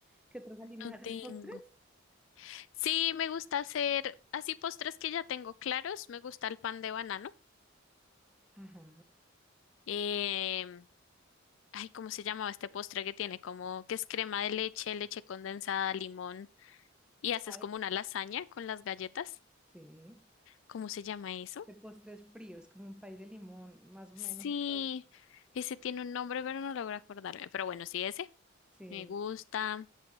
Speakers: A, in the centre; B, on the left (about 70°).
A: ¿Qué otros alimentos?
B: No tengo.
A: ¿Haces postres?
B: Sí, me gusta hacer así postres que ya tengo claros. Me gusta el pan de banano.
A: Ajá.
B: Em, ay, ¿cómo se llamaba este postre que tiene? Como que es crema de leche, leche condensada, limón y haces
A: Ay.
B: como una lasaña con las galletas.
A: Sí.
B: ¿Cómo se llama eso?
A: Este postre es frío, es como un pay de limón, más o
B: Sí,
A: menos, pero
B: ese tiene un nombre, pero no logro acordarme. Pero bueno, sí, ese
A: sí.
B: me gusta.